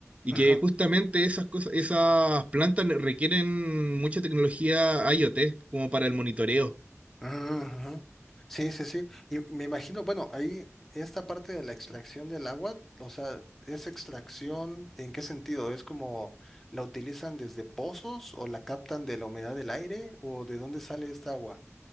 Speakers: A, on the right; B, in the centre.
A: Y
B: Ujú,
A: que justamente esas cosas, esas plantas requieren mucha tecnología IoT, como para el monitoreo.
B: ujú. Sí, sí, sí. Y me imagino, bueno, ahí esta parte de la extracción del agua, o sea, ¿es extracción en qué sentido? ¿Es como la utilizan desde pozos o la captan de la humedad del aire o de dónde sale esta agua?